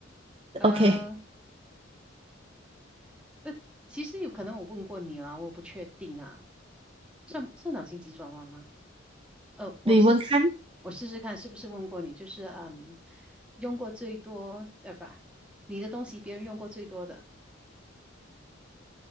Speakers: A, in the centre; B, on the right (about 30°).
A: 呃，
B: ，OK，
A: 那其实有可能我问过你啦，我不确定啊，算算脑筋急转弯吗？呃，我是吃我试试看是不是问过你，
B: 李文康，
A: 就是嗯，用过最多呃不，你的东西别人用过最多的。